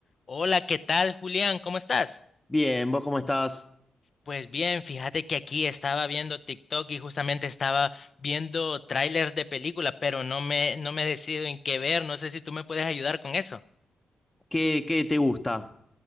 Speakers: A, on the left; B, on the left.
A: Hola, ¿qué tal, Julián? ¿Cómo estás?
B: Bien, ¿vos cómo estás?
A: Pues bien, fíjate que aquí estaba viendo TikTok y justamente estaba viendo trailers de película, pero no me, no me decido en qué ver. No sé si tú me puedes ayudar con eso.
B: ¿Qué, qué te gusta?